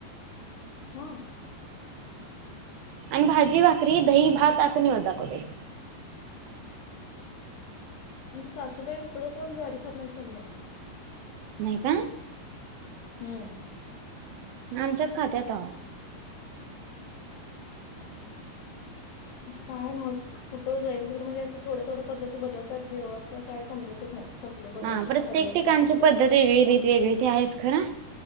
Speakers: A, on the left; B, on the right.
A: हा.
B: आणि भाजी भाकरी दही भात असं निवद दाखवते.
A: आमच्या सासूबाईं इकडं कोण ज्वारी खात नाही सोमवारचं.
B: नाही का
A: हम्म.
B: आमच्यात खात्यात अव.
A: काय न कुठं जाईल तिकड म्हणजे असं थोड्या थोड्या पद्धती बदलतात देवाचं. काय समजतच नाही कुठली पद्धत
B: हा प्रत्येक
A: खरी आहे आणि
B: ठिकाणची
A: कुठली
B: पद्धत वेगळी रित वेगळी त आहेच खरां